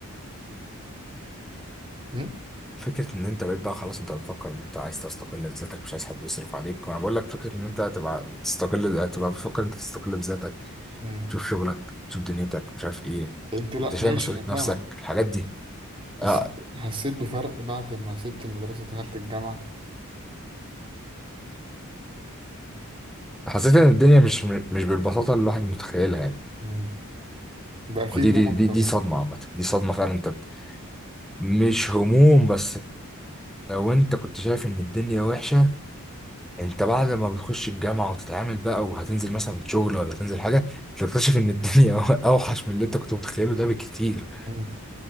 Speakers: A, on the right (about 25°); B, in the centre.
A: مم؟
B: فكرة إن أنت بقيت بقى خلاص أنت بتفكر إن أنت عايز تستقل بذاتك مش عايز حد يصرف عليك وأنا بقول لك فكرة إن أنت تبقى تستقل تبقى بتفكر إن أنت تستقل بذاتك
A: مم.
B: تشوف شغلك تشوف دنيتك مش عارف إيه
A: ده انت لا
B: أنت
A: ماشي
B: شايل مسؤولية
A: انا فاهمك
B: نفسك الحاجات دي
A: بس
B: آه
A: حسيت بفرق بعد ما سبت المدرسة ودخلت الجامعة
B: حسيت إن الدنيا مش مش بالبساطة اللي الواحد متخيلها يعني
A: مم. بقى فيه
B: ودي
A: هموم
B: دي
A: اكتر
B: دي, دي
A: يعني
B: صدمة عامة دي صدمة فعلا أنت مش هموم بس لو أنت كنت شايف إن الدنيا وحشة انت بعد ما بتخش الجامعه وتتعامل بقى وهتنزل مثلا شغل ولا تنزل حاجه تكتشف ان الدنيا <laughs> اوحش من اللي انت كنت متخيله ده بكتير
A: مم.